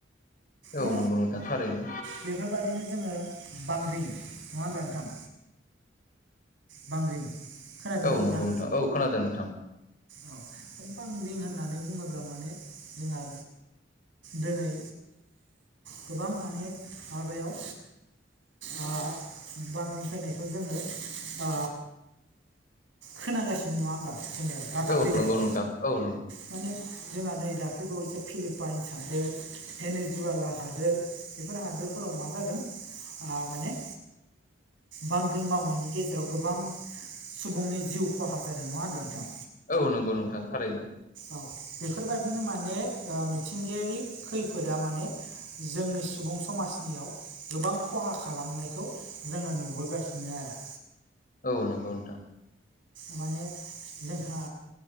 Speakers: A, on the left; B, on the right.
A: औ
B: दा
A: नंगौ नोंथां थारैनो
B: बेफोरबायदिनो जोङो बांग्रि नङा होनब्ला नोंथां। बांग्रिं। खोनादोंना
A: औ
B: नोंथाङा
A: नंगौ नोंथां औ खोनादों नोंथां।
B: औ बांग्रिं होननानै बुङोब्ला माने जोंहा दोनै गोबां माने माबायाव आ बांंग्रिं फैनायखौ जोङो ओ खोनागासिनो नङा होमबा जोङो रादाब
A: औ
B: बिलाइयाव
A: नंगौ नोंथां औ नंगौ
B: माने जोंहा नै दाख्लैबावैसो फिलिपाइनस हादोर पेनेजुवाला हादोर बेफोर हादोरफोराव मा जादों ओ माने बांग्रिं मावनायनि गेजेराव गोबां सुबुंनि जिउ खहा जादों नङा होमब्ला नोंथां।
A: औ नंगौ नोंथां थारैनो।
B: औ बेफोरबायदिनो माने ओ मिथिंगायारि खैफोदा माने जोंनि सुबुं समाजनियाव गोबां ख'हा खालामनायखौ जोङो नुबोगासिनो आरो
A: औ नंगौ नोंथां।
B: माने जोंहा